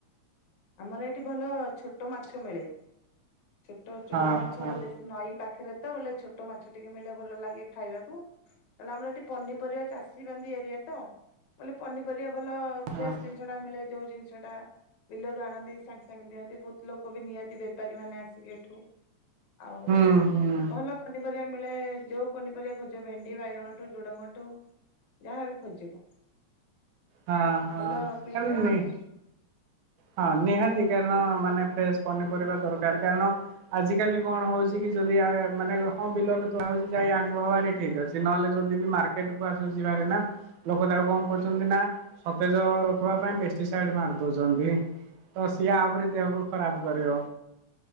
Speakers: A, on the left; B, on the right.
A: ଆମର ଏଇଠି ଭଲ ଛୋଟ ମାଛ ମିଳେ। ଛୋଟ ଚୁନା
B: ହଁ
A: ମାଛ
B: ହଁ
A: ବେଳ ଦେଶୀ ନଈ ପାଖରେ ତ ବୋଲେ ଛୋଟ ମାଛ ଟିକେ ମିଳେ ଭଲ ଲାଗେ ଖାଇବାକୁ ବଲେ ଆମର ଏଠି ପନିପରିବା ଚାଷୀ ବାନ୍ଧି ଏରିଆ ତ ବୋଲେ ପନି ପରିବା ଭଲ ଫ୍ରେସ
B: ହଁ
A: ଜିନିଷ ଟା ମିଳେ ଯୋଉ ଜିନିଷ ଟା ବିଲରୁ ଆଣନ୍ତି ସାଙ୍ଗେ ସାଙ୍ଗେ ଦିଅନ୍ତି ବହୁତ ଲୋକ ବି ନିଅନ୍ତି ବେପାରୀ ମାନେ ଆସିକି ଏଠୁ। ଆଉ
B: ହୁଁ ହୁଁ
A: ଭଲ ପନିପରିବା ମିଳେ ଯୋଉ ପନିପରିବା ଖୋଜିବ ଭେଣ୍ଡି ବାଇଗଣଠୁ ଝୁଡଙ୍ଗଠୁ ଯାହାବି ଖୋଜିବ।
B: ହଁ ହଁ
A: ଭଲ ମିଳେ
B: ସେମି
A: ଟିକେ
B: ହଁ ନିହାତି ତେଲ ମାନେ ଫ୍ରେସ। ପନିପରିବା ଦରକାର କାରଣ ଆଜିକାଲି କଣ ହଉଛି କି ଯଦି ଅଁ ମାନେ ହଁ ବିଲରେ ତୋଳା ହଉଛି ଯାଇ ଆଣିବ ଭାରି ଠିକ ଅଛି ନହେଲେ ଯଦି ବି ମାର୍କେଟ କୁ ଆସୁଛି ବାହାରି ନା ଲୋକ ତାକୁ କଣ କରୁଛନ୍ତି ନା। ସତେଜ ରଖିବା ପାଇଁ ପେଷ୍ଟିସାଇଡ ମାରି ଦଉଛନ୍ତି। ତ ସିଏ ଆହୁରି ଦେହକୁ ଖରାପ। କରିବ